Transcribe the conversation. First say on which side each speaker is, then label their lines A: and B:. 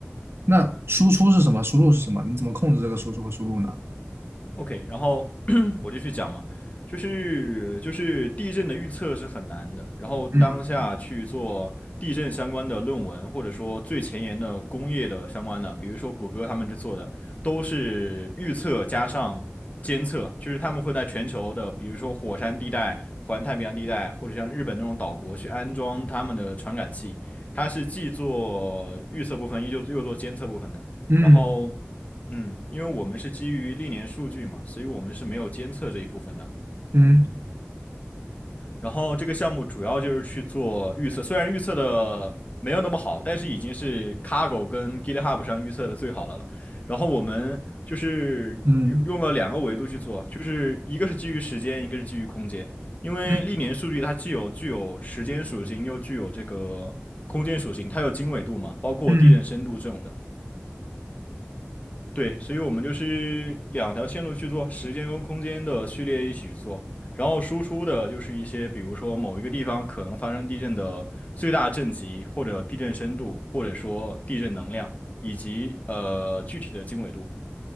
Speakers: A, on the right; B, on the left.
A: 那输出是什么？输入是什么？你怎么控制这个输出和输入呢？
B: OK，然后 <clears throat> 我就去讲嘛，就是就是地震的预测是很难的，然后当下去做地震相关的论文，
A: 嗯
B: 或者说最前沿的工业的相关的，比如说谷歌他们去做的，都是预测加上监测，就是他们会在全球的，比如说火山地带、环太平洋地带，或者像日本那种岛国去安装他们的传感器，它是既做预测部分，又又做监测部分的，
A: 嗯
B: 然后。嗯，因为我们是基于历年数据嘛，所以我们是没有监测这一部分的。
A: 嗯
B: 然后这个项目主要就是去做预测，虽然预测的没有那么好，但是已经是 Cargo 跟 GitHub 上预测的最好的了。然后我们就是用用了两个维度去做，
A: 嗯
B: 就是一个是基于时间，一个是基于空间。因为历年数据它既有具有时间属性，
A: 嗯
B: 又具有这个空间属性，它有经纬度嘛，包括地震深度这种的。
A: 嗯，
B: 对，所以我们就是两条线路去做，时间跟空间的序列一起去做，然后输出的就是一些，比如说某一个地方可能发生地震的最大震级，或者地震深度，或者说地震能量，以及呃具体的经纬度。